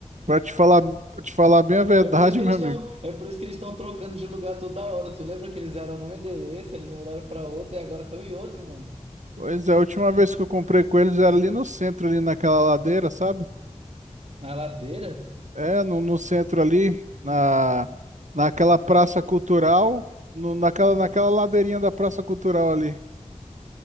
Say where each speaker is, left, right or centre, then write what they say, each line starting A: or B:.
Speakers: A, on the right; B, on the right.
A: pra te falar, pra te falar bem a verdade,
B: É por isso que
A: meu
B: eles
A: amigo.
B: estão, é por isso que eles estão trocando de lugar toda hora. Tu lembra que eles eram num endereço, eles mudaram pra outro e agora estão em outro, mano.
A: Pois é, a última vez que eu comprei com eles era ali no centro, ali naquela ladeira, sabe?
B: Na ladeira?
A: É, no, no centro ali, na, naquela praça cultural, no, naquela, naquela ladeirinha da praça cultural ali.